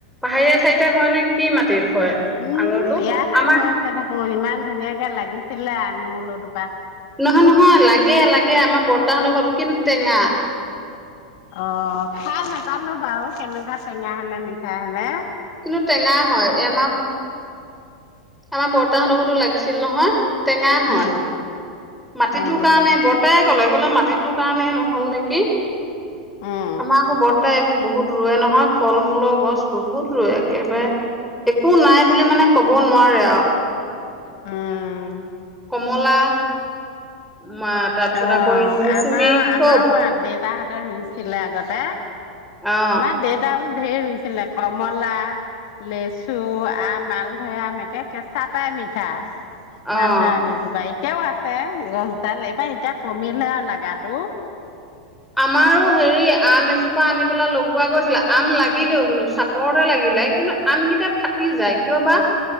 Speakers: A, in the centre; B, on the left (about 60°).
A: পাহাৰীয়া ঠাইতে হয় নে কি মাটিত হয়?
B: উম,
A: আঙুৰটো
B: ইয়াতে
A: আমাৰ
B: হৈছে দেখোন ইমান ধুনীয়াকে লাগিছিলে। অ ল ও টোক
A: নহয় নহয় লাগে লাগে, আমাৰ বটা বটাহতৰ ঘৰটো, কিন্তু টেঙা।
B: অ খাই নেপালো বাৰু কেনেকুৱা টেঙাহ নে মিঠা নে
A: কিন্তু টেঙা হয়। এমাহ আমাৰ বটাহতৰ ঘৰতো লাগিছিল নহয়। টেঙা হয়।
B: উম
A: মাটিটোৰ
B: উম
A: কাৰণে। বৰ্তাই আকৌ ক'লে ক'লে মাটিটোৰ কাৰণে নহ'ল নেকি।
B: উম
A: আমাৰ আকৌ বৰ্তাই এইবোৰ বহুত ৰুয়ে নহয়। ফল-মূলৰ গছ বহুত ৰোৱে, একেবাৰে একো নাই বুলি মানে ক'ব নোৱাৰে আৰু।
B: উম।
A: কমলা। মা তাৰপিছত
B: অ
A: আকৌ এই মৌচুমী
B: আমাৰ
A: চব
B: আমাৰো দেউতাহ ৰুইছিলে আগতে।
A: অ
B: আমাৰ দেউতাও ধেই ৰুইছিলে। কমলা, লেচু, আম, মালধৰে আম একে কেঁচা পাই মিঠা।
A: অ
B: মালধৰা আম এজোপা বাৰীত এতিয়াও আছে গছডাল। এইবাৰ এতিয়া কমিলে আৰু লাগাটো।
A: আমাৰো হেৰি আম এজোপা আনি পেলাই লগোৱা গৈছিলে, আম লাগিলেও কিন্তু চাপৰতে লাগিলে, কিন্তু আমকেইটা ফাটি যায় কিয় বা?